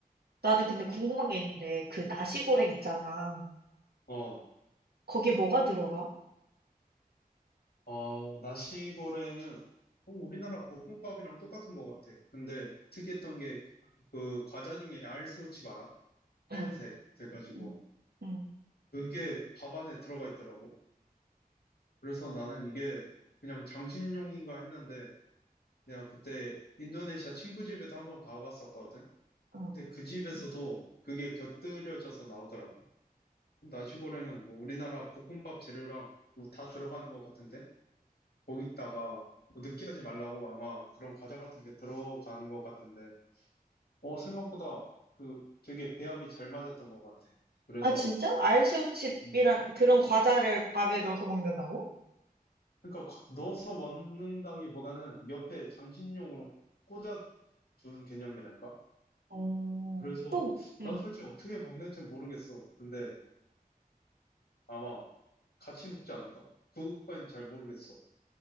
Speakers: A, on the right (about 85°); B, on the left (about 80°).
A: 나는 근데 궁금한 게 있는데 그 나시고랭 있잖아.
B: 어.
A: 거기에 뭐가 들어가?
B: 어, 나시고랭은 어, 우리나라 볶음밥이랑 똑같은 것 같아. 근데 특이했던 게 그 과자 중에 알새우칩 알아?
A: 응,
B: 하얀색 돼가지고
A: 응, 응,
B: 그게 밥 안에 들어가 있더라고. 그래서 나는 이게 그냥 장식용인가 했는데 내가 그때 인도네시아 친구 집에도 한번 가봤었거든.
A: 응.
B: 근데 그 집에서도 그게 곁들여져서 나오더라고. 나시고랭은 뭐 우리나라 볶음밥 재료랑 뭐 다 들어가는 것 같은데? 거기다가 뭐 느끼하지 말라고 아마 그런 과자 같은 게 들어가는 것 같은데, 어, 생각보다 그 되게 배합이 잘 맞았던 것 같아. 그래서,
A: 아 진짜? 알새우칩이란
B: 음.
A: 그런 과자를 밥에 넣어서 먹는다고?
B: 그러니까 거- 넣어서 먹는다기보다는 옆에 장식용으로 꽂아두는 개념이랄까?
A: 어.
B: 그래서
A: 또, 응.
B: 나도 솔직히 어떻게 먹는지 모르겠어. 근데 아마 같이 먹지 않을까? 그것까진 잘 모르겠어.